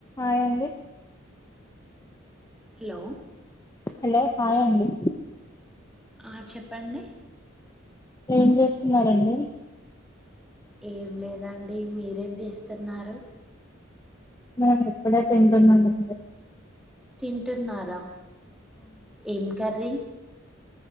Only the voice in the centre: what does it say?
hello
ఆ చెప్పండి
ఏం లేదండి మీరేం చేస్తున్నారు
తింటున్నారా ఏం కర్రీ